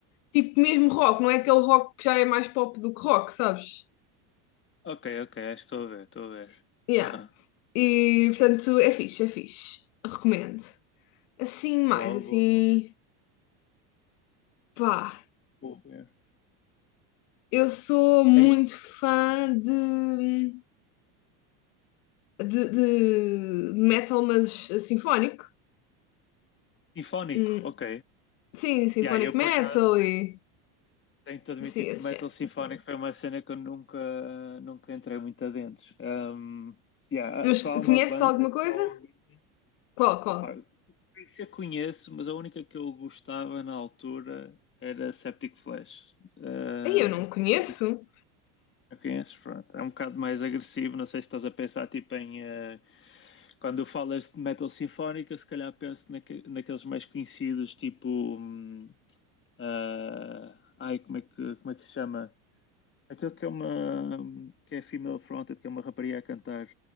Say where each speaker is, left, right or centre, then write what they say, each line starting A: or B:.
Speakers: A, on the left; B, on the left.
A: Tipo mesmo rock, não é aquele rock que já é mais pop do que rock, sabes?
B: Ok, ok, estou a ver, estou a ver.
A: Yeah.
B: Aham.
A: E portanto é fixe, é fixe. Recomendo. Assim, mais
B: Boa,
A: assim,
B: boa, boa.
A: pá,
B: Vou ver.
A: eu sou muito
B: Aí,
A: fã de, de, de metal, mas sinfónico.
B: sinfónico,
A: Hum,
B: ok.
A: sim, sinfónico
B: E aí, eu por
A: metal
B: acaso
A: e
B: tenho de admitir
A: assim, esse
B: que metal
A: género.
B: sinfónico foi uma cena que eu nunca, nunca entrei muito adentro. Um, yeah,
A: Mas
B: só há uma
A: conheces
B: banda
A: alguma coisa?
B: que eu ouvi.
A: Qual,
B: Opa,
A: qual?
B: se eu conheço, mas a única que eu gostava na altura era Septic Flesh. Uh,
A: Aí eu não conheço.
B: não sei se Conheces, pronto. É um bocado mais agressivo. Não sei se estás a pensar tipo em. eh, quando falas de metal sinfónica, se calhar penso naque- naqueles mais conhecidos, tipo. hum, ah, ai, como é que, como é que se chama? Aquele que é uma. que é female fronted, que é uma rapariga a cantar.